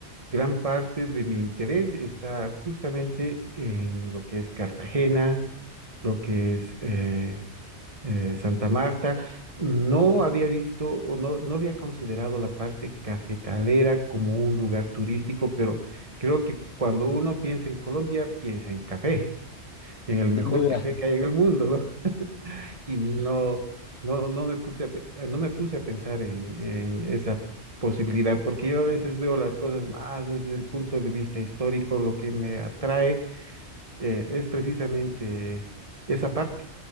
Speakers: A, on the right; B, on the left.
A: Gran parte de mi interés está justamente en lo que es Cartagena, lo que es eh, eh, Santa Marta. No había visto o no, no había considerado la parte cafetalera como un lugar turístico, pero creo que cuando uno piensa en Colombia, piensa en café, en el mejor
B: <laughs> sin duda.
A: café que hay en el mundo, ¿no? y no, no, no me puse a, pe- eh, no me puse a pensar en, en esa posibilidad, porque yo a veces veo las cosas más desde el punto de vista histórico, lo que me atrae eh, es precisamente esa parte,